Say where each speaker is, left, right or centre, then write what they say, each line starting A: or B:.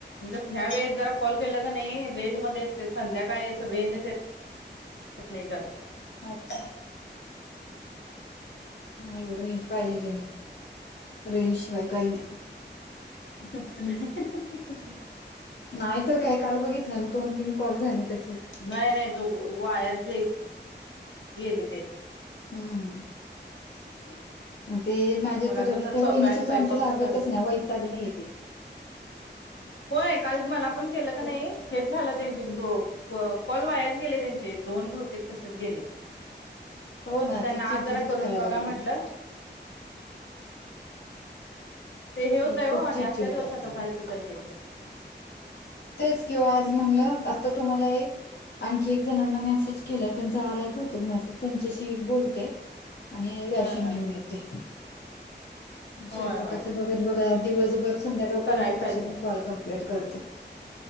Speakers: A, on the left; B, on the left.
A: उद्या ह्या वेळेस जरा कॉल केला क नाही रेंजमध्ये असते संध्याकाळी असं रेंजच येत नाही जास्त.
B: अच्छा. नाही वो रेंज पाहिजे, रेंज शिवाय काही नाही.
A: सुटत नाही हं हं हं हं
B: नाही तर काय काल बघितलं ना दोन तीन कॉल झाले तसेच
A: नाही नाही तो वायास जाईल, गेली ते.
B: हम्म हम.
A: <inaudible>
B: ते माझे
A: मग
B: तर
A: अजून
B: त्या
A: स्वयंपाक
B: वहिनीचे
A: स्वयंपाक
B: तर आमचे लागतच
A: ते चालू
B: नाही वैतागली ती.
A: होय काल मला पण केलं
B: ती
A: का नाही हेच झालं त्यांचे दो कॉल वायाच गेले त्यांचे दोन बहुतेक तसेच गेले.
B: हो ना
A: मग त्यांना
B: ती चिडचिडच
A: आज जरा करून
B: करायला
A: बघा
B: लागली
A: म्हंटलं. ते हे होते
B: ती खूप
A: वो आणि
B: चिडचिड
A: आजचा दिवस
B: करते
A: होतं व्हायचं तर केलं
B: तेच किंवा आज म्हणलं आता तुम्हाला एक आणखी एक जणांना मेसेज केलाय त्यांचा आलाय बहुतेक मेसेज त्यांच्याशी एक बोलते. आणि ऱ्याशन
A: हा हा
B: घेऊन येते. स्वयंपाकाच
A: होय होय
B: बघत बघत आज दिवसभर संध्याकाळपर्यंत
A: कराय पाहिजे
B: कशे पण कॉल कंप्लीट करते.